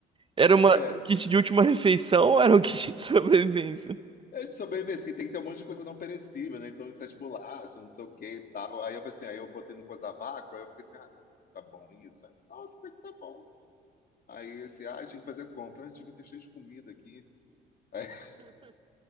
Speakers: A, on the right (about 25°); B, on the left (about 50°).
A: Era uma
B: É,
A: um kit de última refeição ou era um <laughs> kit de sobrevivência?
B: é de sobrevivência, que tem que ter um monte de coisa não perecível, né? Então, essas bolachas, não sei o que e tal. Aí eu falei assim, aí eu botei no coisa vácuo, aí eu fiquei assim, ah, será que tá bom isso? Aí, eu falei, Nossa, até que tá bom. Aí assim, ah, tinha que fazer compra, ah, devia ter cheio de comida aqui. Aí, <laughs>